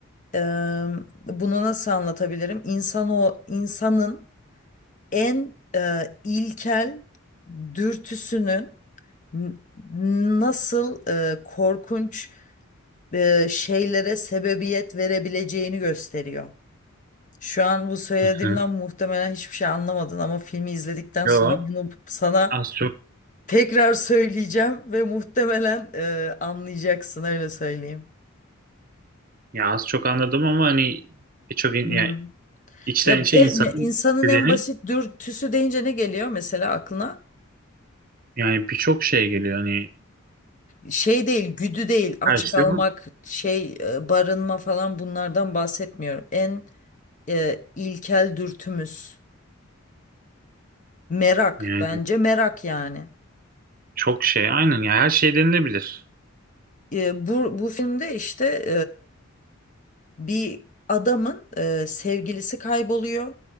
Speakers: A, on the left; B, on the right.
A: e, bunu nasıl anlatabilirim? İnsan insanın en e, ilkel dürtüsünün n- nasıl e, korkunç e, şeylere sebebiyet verebileceğini gösteriyor. Şu an bu söylediğimden
B: Hı hı.
A: muhtemelen hiçbir şey anlamadın ama filmi izledikten
B: Yo,
A: sonra bunu sana
B: az çok
A: tekrar söyleyeceğim ve muhtemelen e, anlayacaksın öyle söyleyeyim.
B: ya az çok anladım ama hani birçok in-
A: Hı
B: yani
A: hı.
B: içten
A: Ya
B: içe
A: e,
B: insanın
A: me- insanın
B: istediğini
A: en basit dürtüsü deyince ne geliyor mesela aklına?
B: yani birçok şey geliyor hani
A: Şey değil, güdü değil, aç
B: her şey
A: kalmak,
B: bu.
A: şey e, barınma falan bunlardan bahsetmiyorum. En e, ilkel dürtümüz merak
B: Yani
A: bence merak yani.
B: çok şey aynen ya her şey denilebilir.
A: E, bu, bu filmde işte e, bir adamın e, sevgilisi kayboluyor.